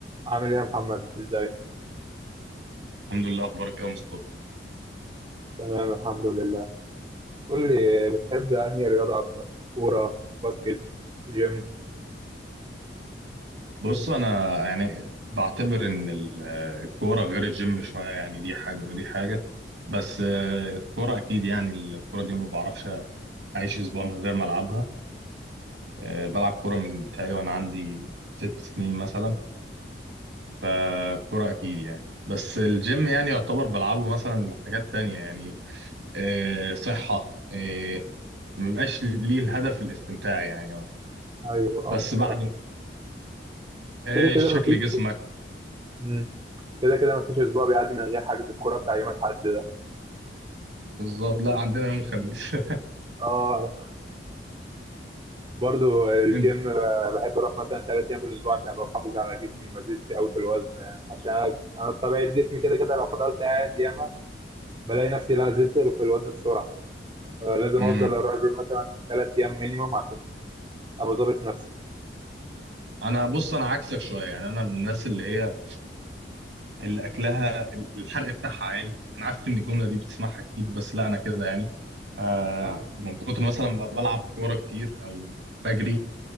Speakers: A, on the right; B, on the right.
A: عامل ايه يا محمد ازاي
B: الحمد لله اخبارك ايه يا مصطفى
A: تمام الحمد لله قول لي بتحب انهي رياضه اكتر كوره باسكت جيم
B: بص انا يعني بعتبر ان ال- الكوره غير الجيم شويه يعني دي حاجه ودي حاجه بس آه، الكوره اكيد يعني الكوره دي ما بعرفش اعيش اسبوع من غير ما العبها آه، بلعب كوره من بتهيألي وانا عندي ست سنين مثلا فالكوره اكيد يعني بس الجيم يعني يعتبر بلعبه مثلا لحاجات تانية يعني آه، صحه آه، ما بيبقاش ليه الهدف الاستمتاع يعني مثلا
A: ايوه اه
B: بس بعد
A: صح
B: آه،
A: كده كده
B: شكل
A: مفيش
B: جسمك
A: مم. كده كده مفيش اسبوع بيعدي من غير حجز الكوره بتاع يوم الاحد ده
B: بالظبط لا عندنا يوم الخميس
A: اه برضو
B: <laughs>
A: الجيم
B: انت
A: آه، بحب اروح مثلا ثلاث ايام في الاسبوع عشان ابقى محافظ على جسمي ما زدتش قوي في الوزن آه، عشان انا بطبيعه جسمي كده كده لو فضلت قاعد ياما بلاقي نفسي لا زدت في الوزن بسرعه آه، لازم
B: امم
A: افضل اروح الجيم مثلا ثلاث ايام مينيموم عشان ابقى ظابط نفسي
B: انا بص انا عكسك شويه يعني انا من الناس اللي هي اللي اكلها ال- الحرق بتاعها عالي انا عارف ان الجمله دي بتسمعها كتير بس لا انا كده يعني آه
A: اه
B: من كتر مثلا ما بلعب كوره كتير او بجري